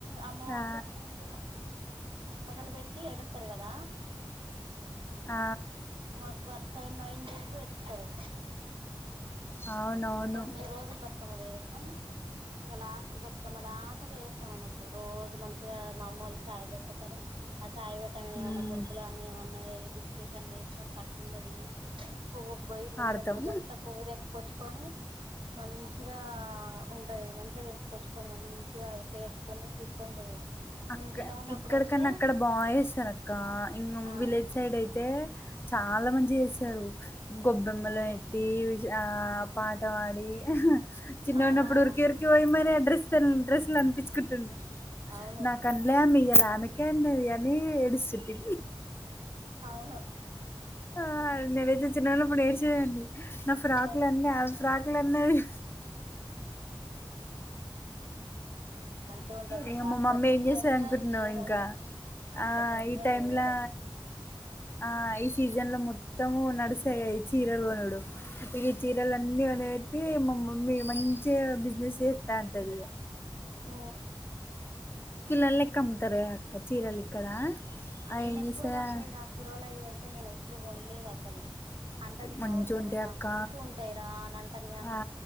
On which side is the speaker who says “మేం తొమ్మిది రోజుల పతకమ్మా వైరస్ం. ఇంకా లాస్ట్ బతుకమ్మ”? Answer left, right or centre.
Right